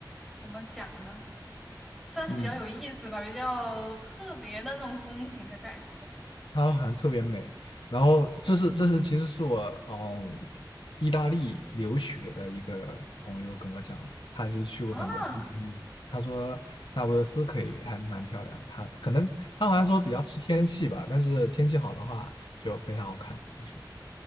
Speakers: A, in the centre; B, on the left.
A: 怎么讲呢，算是比较有意思吧，
B: 嗯，
A: 比较特别的那种风情的感觉
B: 它好像特别美。然后这是这是其实是我嗯，意大利留学的一个朋友跟我讲的，他是去过很多地方，
A: 啊。
B: 他说那不勒斯可以还蛮漂亮，他可能他好像说比较吃天气吧，但是天气好的话就非常好看。他说，